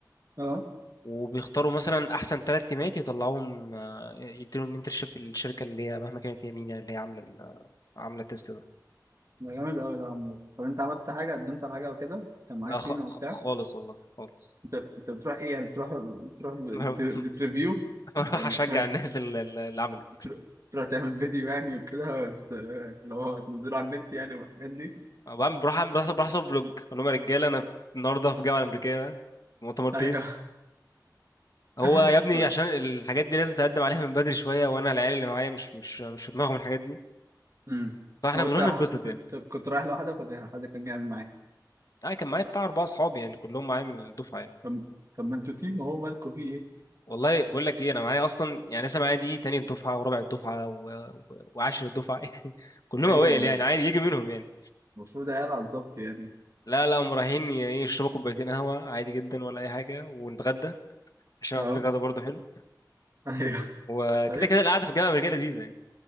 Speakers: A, on the right; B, on the left.
A: اه
B: وبيختاروا مثلا احسن ثلاث تيمات يطلعوهم آه، يديلهم انترشيب في الشركه اللي هي مهما كانت هي مين يعني اللي هي عامله ال- عامله التست ده
A: ده جامد قوي ده يا عمور طب انت عملت حاجه قدمت على حاجه او كده كان معاك
B: لا خ-
A: تيم او
B: خ-
A: بتاع
B: خالص والله خالص
A: انت انت بتروح ايه يعني بتروح بتروح بت...
B: <laughs>
A: بتريفيو
B: بروح
A: يعني
B: اشجع
A: مش فاهم
B: الناس اللي اللي عملت
A: بتروح... بتروح تعمل فيديو يعني وكده بت... اللي هو تنزله على النت يعني والحاجات دي
B: بعمل بروح اعمل بروح بروح اصور فلوج اقول لهم يا رجاله انا النهارده في الجامعه الامريكيه مؤتمر بيس
A: ايوه <laughs>
B: هو يا ابني عشان الحاجات دي لازم تقدم عليها من بدري شويه وانا العيال اللي معايا مش مش مش في دماغهم الحاجات دي
A: امم
B: فاحنا
A: هو
B: بنروح
A: انت
B: نتبسط يعني
A: انت كنت رايح لوحدك ولا إيه؟ حد كان جاي معاك
B: انا كان معايا بتاع اربعه اصحابي يعني كلهم معايا من الدفعه يعني
A: طب طب ما انتوا تيم هو مالكوا فيه ايه
B: والله بقول لك ايه انا معايا اصلا يعني لسه معايا دي تاني الدفعه ورابع الدفعه و... و... وعاشر الدفعه <laughs> يعني كلهم
A: ايوه
B: اوائل
A: يعني
B: يعني عادي يجي منهم يعني
A: المفروض عيال على الظبط يعني
B: لا لا هم رايحين ي- يشربوا كوبايتين قهوه عادي جدا ولا اي حاجه ونتغدى عشان
A: اه
B: عاملين غدا برضه حلو
A: ايوه
B: وكده
A: طيب
B: كده القعده في الجامعه الامريكيه لذيذه يعني